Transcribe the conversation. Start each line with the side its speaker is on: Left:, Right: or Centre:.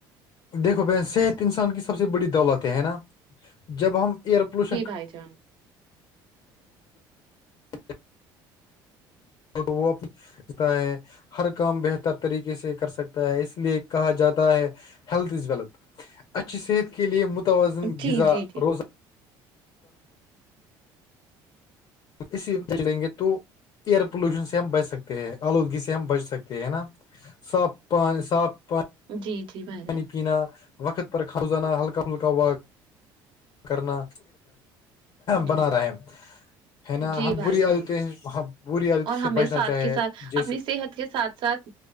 Left: دھو بہن صحت انسان کی سب سے بڑی دولت ہے نا جب ہم ایئر پولوشن کر
Right: ک جان <unintelligible>
Left: چ <inaudible> تو تو وہتا ہے ہر کام بہتر طریقے سے کر سکتا ہے اس لیے کہا جاتا ہے ہیلتھ از ویل اچھی صحت کے لیے متوازن
Right: جی
Left: غذا
Right: جی جی
Left: روزہ اس دیں گے تو ایئر پولوشن سے ہم بچ سکتے ہیں آلودگی سے ہم بچ سکتے ہیں نا سب پانی سا پانی
Right: جی جی بھائی
Left: پانی
Right: جان
Left: پینا وقت پر کمزانا ہلکا ہلکا و کرنا
Right: جی
Left: بنا رہا ہے ہے نا
Right: جی
Left: ہم
Right: بھائی
Left: بری عادتیں
Right: جان
Left: ہم بری عادت
Right: اور
Left: سے
Right: ہمیں
Left: بچنا
Right: ساتھ
Left: چاہے
Right: کے ساتھ
Left: جیسے
Right: اپنی صحت کے ساتھ ساتھ